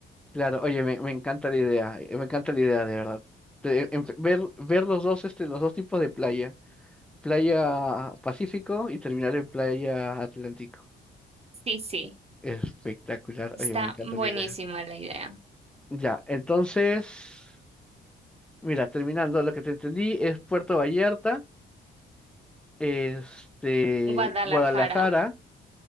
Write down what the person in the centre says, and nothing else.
Claro, oye, me, me encanta la idea, eh, me encanta la idea, de verdad. Te- en- ver, ver los dos, este, los dos tipos de playa, playa Pacífico y terminar en playa Atlántico.
Espectacular,
oye, me encanta
la idea.
Ya, entonces. Mira, terminando, lo que te entendí es Puerto Vallarta, este,
Guadalajara,